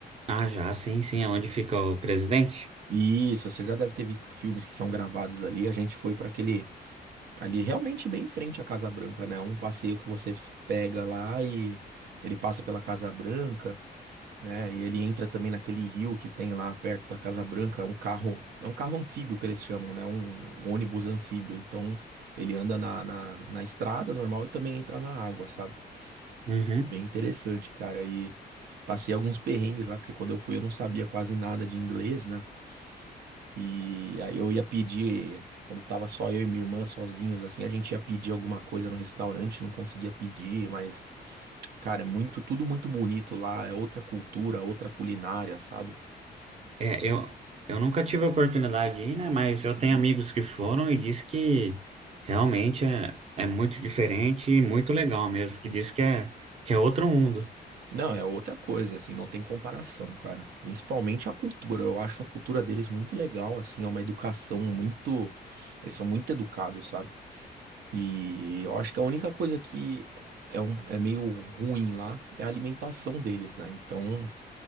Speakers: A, on the right; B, on the right.
A: Ah, já, sim, sim, é onde fica o presidente?
B: Isso, você já deve ter visto filmes que são gravados ali. A gente foi para aquele ali realmente bem em frente à Casa Branca, né? Um passeio que você f- pega lá e ele passa pela Casa Branca, né? E ele entra também naquele rio que tem lá perto da Casa Branca, é um carro, é um carro anfíbio que eles chamam, né? Um, um ônibus anfíbio. Então ele anda na, na, na estrada normal e também entra na água, sabe?
A: Uhum.
B: Bem interessante, cara. E passei alguns perrengues lá, porque quando eu fui eu não sabia quase nada de inglês, né? E aí eu ia pedir, quando tava só eu e minha irmã sozinhos, assim, a gente ia pedir alguma coisa no restaurante, não conseguia pedir, mas, cara, é muito, tudo muito bonito lá, é outra cultura, outra culinária, sabe?
A: É, eu, eu nunca tive a oportunidade de ir, né? Mas eu
B: Uhum.
A: tenho amigos que foram e diz que realmente é, é muito diferente e muito legal mesmo, que diz que é, que é outro mundo.
B: Não, é outra coisa, assim, não tem comparação, cara. Principalmente a cultura, eu acho a cultura deles muito legal, assim, é uma educação muito. Eles são muito educados, sabe? E eu acho que a única coisa que é, um, é meio ruim lá é a alimentação deles, né? Então.